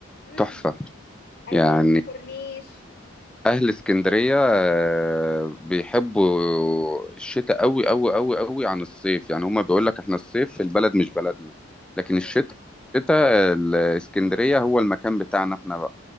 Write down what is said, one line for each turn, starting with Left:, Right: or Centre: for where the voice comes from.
Left: امم
Centre: تحفه
Left: ايوه
Centre: يعني
Left: والكورنيش
Centre: اهل اسكندريه آه، بيحبوا الشتاء قوي قوي قوي قوي عن الصيف يعني هما بيقول لك احنا الصيف في البلد مش بلدنا لكن
Left: امم
Centre: الشتاء الشتاء الاسكندريه هو المكان بتاعنا احنا بقى